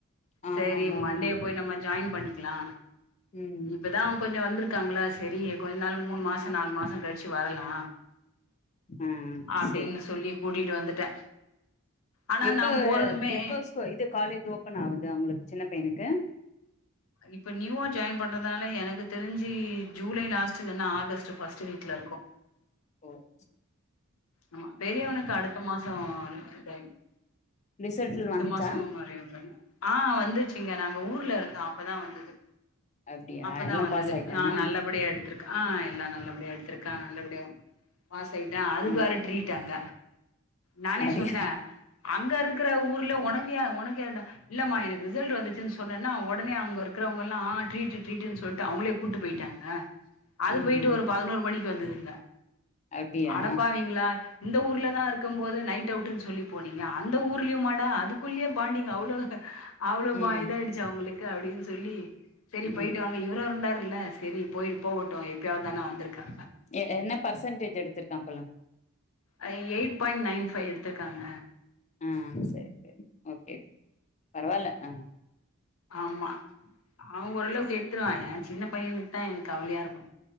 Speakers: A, on the left; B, on the left.
A: ஆமாம்பா
B: செரி மண்டே
A: ஆமா
B: போய் நம்ம ஜாய்ன் பண்ணிக்லா
A: ம்
B: இப்பதா கொஞ்சோ வந்துரு க்காங்களா செரி கொஞ் நாள் மூணு மாச நாலு மாசோ கழிச்சு வரலா
A: ஆ
B: அப்டின்னு
A: சரி சரி
B: சொல்லி கூட்டிட்டு வந்துட்டே ஆனா
A: எப்ப
B: நா போறதுமே
A: எப்ப ஸ்கூ இது காலேஜ் ஓபன் ஆவுது அவுங்களுக் சின்னப் பைனுக்கு
B: இப்ப நியூவா ஜாய்ன் பண்றதால எனக்கு தெரிஞ்சி ஜூலை லாஸ்ட் இல்லனா ஆகஸ்ட்டு ஃபஸ்ட்டு வீக்ல இருக்கு
A: ஒ செ
B: ஆமா பெரியவனுக்கு அடுத்த மாசோ இத
A: ரிசல்ட்
B: அடுத்த
A: வந்துச்சா
B: மாசோ மாரி பண்ணா அ வந்துச்சிங்க நாங்க ஊர்ல இருந்தோ அப்பதா வந்துது
A: அப்டியா
B: அப்பதா
A: எல்லா
B: வந்துது
A: பாஸ் ஆயிட்டானா
B: அ நல்லபடியா எடுத்துருக் அ எல்லா நல்லபடியா எடுத்துருக்கா நல்லபடியா பாசாய்ட்டா அதுக்கு
A: ம்
B: வேற ட்ரீட்டாங்க நானே
A: அப்டியா
B: சொன்ன அங்க இருக்கிற ஊர்ல உனக் யா உனக் யாருடா இல்லமா எனக்கு ரிசல்ட்டு வந்துச்சின் சொன்னனா ஒடனே அங்கருக்கிறவங்கல்லா ட்ரீட்டு ட்ரீ அப்டின் சொல்ட்டு அவுங்களே கூட்டு போயிட்டாங்க அது
A: ம்
B: போய்ட்டு
A: ம்
B: ஒரு பதனோரு மணிக்கு வந்துதுங்க
A: அப்டியா
B: அடப்பாவீங்ளா இந்த ஊர்ல தா இருக்கும் போது நைட் அவுட்டுன் சொல்லி போனீங்க அந்த ஊருலியுமா டா அதுக்குள்யே பாண்டிங்கா அவ்ளோ அவ்ளோ
A: ம்
B: பா இதாயிடுச்சு அவுங்களுக்கு அப்டினு சொல்லி செரி
A: ம்
B: போய்ட்டு வாங்க இவரு இருந்தாரு இல்ல செரி போயி போகட்டு எப்யாவ்த் தான வந்திருக்கா
A: எ என்ன பர்சன்டேஜ் எடுத்திருக்கான்ப்பல்ல
B: அ எயிட் பாய்ண் நைன் ஃபைவ் எடுத்திருக்காங்க
A: அ செரி செரி ஓகே பரவால்ல அ
B: ஆமா அவ ஓரளவுக்கு
A: சரி
B: எட்த்துருவா எ சின்ன பையனுக் தா எனுக் கவலியாருக்கு